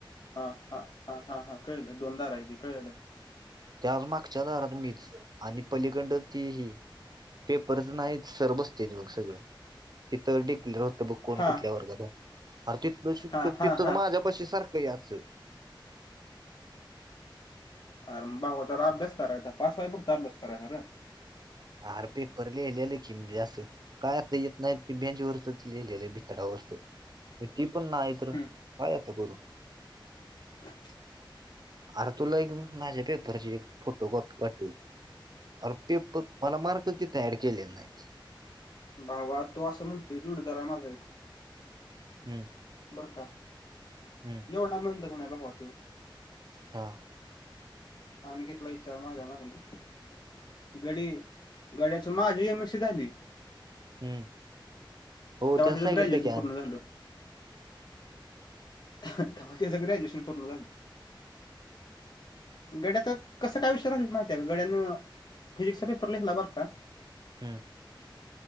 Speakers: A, on the left; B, on the right.
A: हा हा हा हा हा कळलं, दोन दार आहे ते कळलं.
B: त्या मागच्या दारात मीच. आणि पलीकडंन तीही पेपरच नाही सर बसते बघ सगळं. तिथ डिक्लेअर होतं बघ कोण
A: हा
B: कुठल्या वर्गांत अरं तिथंन शिक्षक,
A: हा हा
B: तिथंच
A: हा
B: माझ्यापाशी सारखं यायचं.
A: अर भावा जरा अभ्यास करायचा. पास व्हाया पुरता अभ्यास करायचा रं.
B: आरं पेपर लिहिलेलं की मी जास्त. पाहता येत नाही. बँंच वरच लिहिले भितडा वरचं ती पण नाही,
A: हम्म.
B: तर काय आता करू?
A: <inaudible>
B: अरे तुला एक माझ्या पेपरची एक फोटो कॉपी पाठवतो. अरे पेपर, मला मार्क किती ऍड केलेले नाहीत.
A: भावा तो असं म्हणतोय जोडीदार आहे माझा एक
B: हम्म.
A: बरं का.
B: हम्म.
A: एवढा मंद हे ना भावा तो.
B: हा.
A: आन् मीच <unintelligible> माझ्या मागनं गडी, गड्याची माझी एन ओ सी झाली.
B: हम हो
A: तेव्हा
B: त्यांना
A: त्याचं
B: सांगितलं
A: ग्रॅज्युएशन
B: की आण
A: पूर्ण झालं आता माझं तर काय ग्रॅज्युएशन पूर्ण झालं गड्याचा कसा काय विषय राहिलत माहिती हाय काय गड्यानं फिजिक्सचा पेपर लिहीला बरं का
B: हम्म